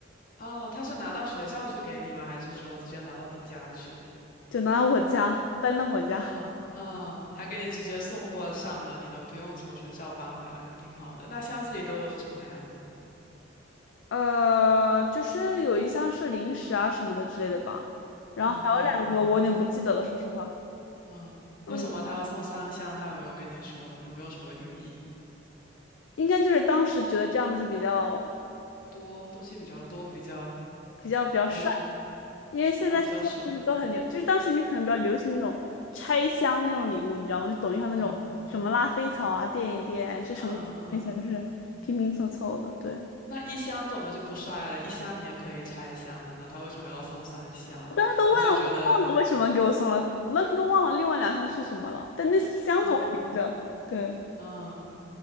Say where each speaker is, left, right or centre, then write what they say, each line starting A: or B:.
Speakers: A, on the left (about 50°); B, on the left (about 80°).
A: 哦，他是拿到学校去给你吗？还是说直接拿到你家去？
B: 就拿到我家，搬到我家。
A: 啊啊，还给你直接送货上门，你都不用从学校搬回来，挺好的。那箱子里都有什么呀？
B: 呃，就是有一箱是零食啊什么的之类的吧，
A: 嗯嗯
B: 然后还有两个我有点不记得了，说实话，
A: 嗯，
B: 嗯，
A: 为什么他要送三箱？他有没有跟你说？有没有什么寓意？
B: 应该就是当时觉得这样子就比较
A: 多，东西比较多，比较
B: 比较比较帅，
A: 还是说
B: 因为现在现在不是都很流，
A: 啊比较帅
B: 就是当时应该可能比较流行那种拆箱那种礼物，你知道吗？就抖音上那种什么拉菲草啊，
A: 啊
B: 垫一垫，这什么一下就是拼拼凑凑的，
A: 嗯嗯，
B: 对。
A: 那一箱怎么就不帅了？一箱你也可以拆一箱的，他为什么要送三箱？
B: 我当时都忘了，
A: 他是觉得
B: 忘了为什么给我送了，我当时都忘了另外两箱是什么了，但那箱子我还留着。
A: 啊
B: 对，
A: 嗯，